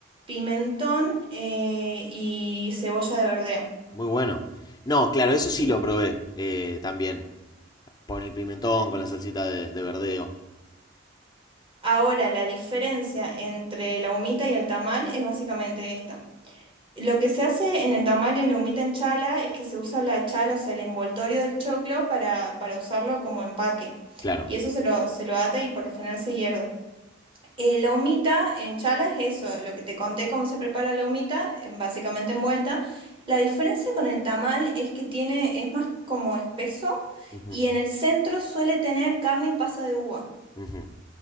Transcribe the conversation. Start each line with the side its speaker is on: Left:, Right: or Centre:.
Right: pimentón eh, y cebolla de verdeo.
Left: muy bueno. No, claro, eso
Right: Sí.
Left: sí lo probé eh, también, con el pimentón, con la salsita de, de verdeo.
Right: Ahora, la diferencia entre la humita y el tamal es básicamente esta. Lo que se hace en el tamal y en la humita en chala es que se usa la chala, o sea, el envoltorio del choclo para, para usarlo como empaque.
Left: Claro.
Right: Y eso se lo, se lo ata y por lo general se hierve. Eh, la humita en chala es eso, lo que te conté cómo se prepara la humita, en- básicamente envuelta. La diferencia con el tamal es que tiene, es más como espeso
Left: Ujú,
Right: y en el centro suele tener carne y pasa de uva.
Left: ujú.